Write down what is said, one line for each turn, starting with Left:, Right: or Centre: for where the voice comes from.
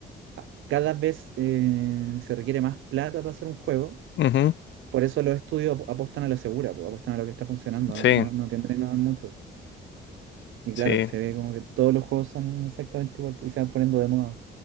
Right: ah, cada vez eh, se requiere más plata para hacer un juego
Left: Ujú,
Right: Por eso los estudios ap- apuestan a lo segura, po, apuestan a lo que está funcionando,
Left: Sí,
Right: ¿no? No, no tienden a innovar mucho. Y
Left: sí.
Right: claro, se ve como que todos los juegos son exactamente igual po, y se van poniendo de moda.